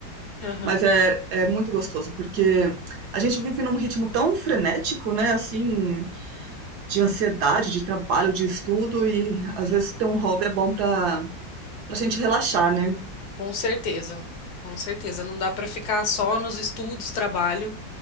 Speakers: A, on the left; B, on the right.
A: aham.
B: Mas é, é muito gostoso, porque a gente vive num ritmo tão frenético, né? Assim, de ansiedade, de trabalho, de estudo, e às vezes ter um hobby é bom pra, pra gente relaxar, né?
A: Com certeza, com certeza. Não dá para ficar só nos estudos, trabalho.